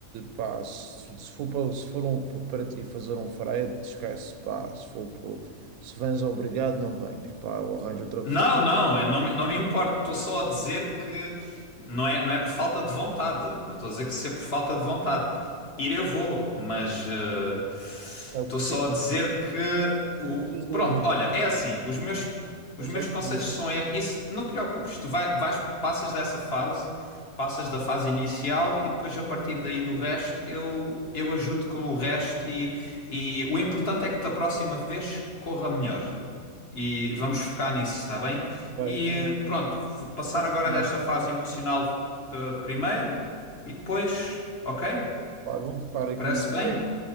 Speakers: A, on the right; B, on the left.
A: pá, se, se for para, se for um- para ti fazer um frete, esquece, pá, se for para- se vens obrigado, não venhas, pá, eu arranjo outra
B: Não,
A: pessoa.
B: não, eu não, me- não me importo. Estou só a dizer que não é, não é por falta de vontade. Não estou a dizer que se é por falta de vontade. Ir eu vou, mas eh,
A: Eu
B: estou
A: preciso,
B: só a dizer que o...
A: eu preciso de
B: Pronto,
A: um amigo.
B: olha, é assim, os meus, os
A: Não sei
B: meus conselhos
A: como.
B: são é- isso, não te preocupes, tu vai, vais, passas dessa fase, passas da fase inicial e depois a partir daí do resto eu, eu ajudo com o resto e, e o importante é que da próxima vez corra melhor. E vamos focar nisso, está bem?
A: Bem,
B: E
A: vou,
B: eh, pronto, f- passar
A: vou,
B: agora
A: focar,
B: desta
A: vou
B: fase emocional eh, primeiro e depois, ok?
A: focar vou focar aqui.
B: Parece bem?
A: É,